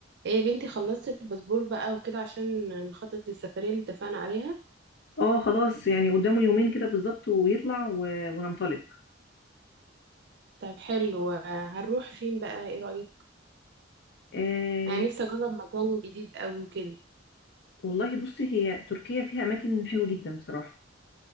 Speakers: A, on the right; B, on the left.
A: ايه يا بنتي خلصت الباسبور بقى وكده عشان نخطط للسفرية اللي اتفقنا عليها
B: اه خلاص يعني قدامه يومين كده بالظبط ويطلع و... وننطلق
A: طب حلو هنروح فين بقى ايه رأيك
B: آه
A: انا نفسي اجرب مكان جديد قوي وكده
B: والله بصي هي تركيا فيها اماكن حلوه جدا بصراحه